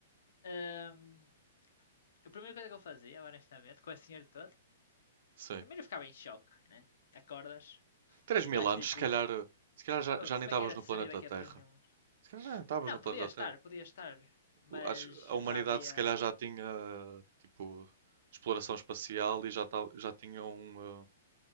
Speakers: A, on the left; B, on the right.
A: Ahm, a primeira coisa que eu fazia, honestamente, com a senhora toda,
B: Sim.
A: primeiro eu ficava em choque, né? Acordas
B: três
A: e
B: mil
A: estás
B: anos,
A: tipo,
B: se calhar, se calhar já,
A: "Oh,
B: já
A: como
B: nem estavas
A: é que era
B: no
A: de
B: planeta
A: sair daqui
B: Terra.
A: a três mil anos?
B: Se calhar já nem estavas
A: Não,
B: no planeta
A: podia estar,
B: Terra.
A: podia estar,
B: O-
A: mas
B: acho- A humanidade
A: já havia.
B: se calhar já tinha tipo exploração espacial e já, ta- já tinham